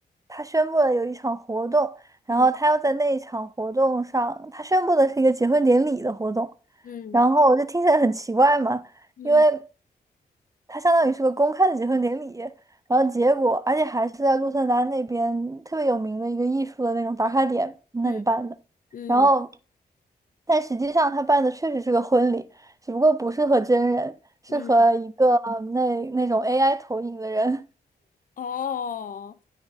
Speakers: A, on the right; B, on the left.
A: 她宣布了有一场活动，然后她要在那一场活动上，
B: 嗯
A: 她宣布的是一个结婚典礼的活动，
B: 嗯
A: 然后我就听起来很奇怪嘛，
B: 嗯
A: 因为它相当于是个公开的结婚典礼，然后结果而且还是在鹿特丹那边特别有名的一个艺术的那种打卡点那里办的，
B: 嗯嗯嗯
A: 然后但实际上他办的确实是个婚礼。只不过不是和真人，是和一个呃那那种
B: 嗯。
A: AI 投影的人。
B: 哦